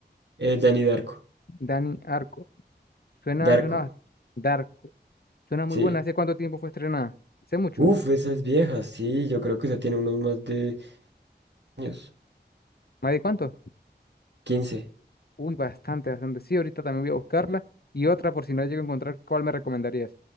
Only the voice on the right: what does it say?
Eh, Danny Darko.
Darko,
sí.
Uf, esas viejas, sí, yo creo que esa tiene unos más de años,
quince